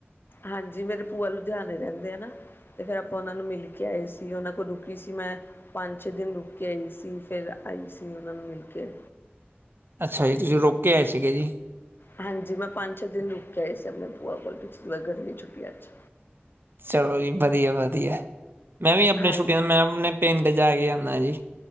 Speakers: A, on the left; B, on the right.
A: ਹਾਂਜੀ ਮੇਰੇ ਭੂਆ ਲੁਧਿਆਣੇ ਰਹਿੰਦੇ ਹੈ ਨਾ। ਅਤੇ ਫਿਰ ਆਪਾਂ ਉਹਨਾਂ ਨੂੰ ਮਿਲ ਕੇ ਆਏ ਸੀ। ਉਹਨਾਂ ਕੋਲ ਰੁਕੀ ਸੀ ਮੈਂ। ਪੰਜ ਛੇ ਦਿਨ ਰੁਕ ਕੇ ਆਈ ਸੀ। ਫੇਰ ਆਈ ਸੀ। ਉਹਨਾਂ ਨੂੰ ਮਿਲ ਕੇ।
B: ਅੱਛਾ ਜੀ ਤੁਸੀਂ ਰੁਕ ਕੇ ਆਏ ਸੀਗੇ ਜੀ।
A: ਹਾਂਜੀ ਮੈਂ ਪੰਜ ਛੇ ਦਿਨ ਰੁਕ ਕੇ ਆਏ ਸੀ। ਆਪਣੇ ਭੂਆ ਕੋਲ ਗਰਮੀ ਦੀਆਂ ਛੁੱਟੀਆਂ 'ਚ।
B: ਚਲੋ ਜੀ ਵਧੀਆ ਵਧੀਆ ਮੈਂ ਵੀ ਆਪਣੇ
A: ਹਾਂਜੀ
B: ਛੁੱਟੀਆਂ ਮੈਂ ਆਪਣੇ ਪਿੰਡ ਜਾ ਕੇ ਆਉਂਦਾ ਜੀ।